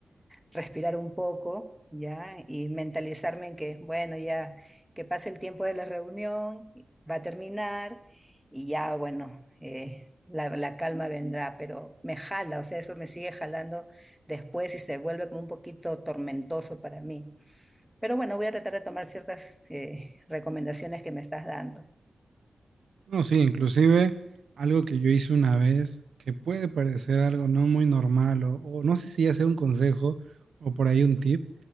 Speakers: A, in the centre; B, on the right (about 85°).
A: respirar un poco, ¿ya? Y mentalizarme en que, bueno, ya que pase el tiempo de la reunión, va a terminar y ya, bueno, eh, la, la calma vendrá, pero me jala, o sea, eso me sigue jalando después y se vuelve como un poquito tormentoso para mí. Pero bueno, voy a tratar de tomar ciertas eh, recomendaciones que me estás dando.
B: No, sí, inclusive algo que yo hice una vez que puede parecer algo no muy normal o, o no sé si ya sea un consejo o por ahí un tip.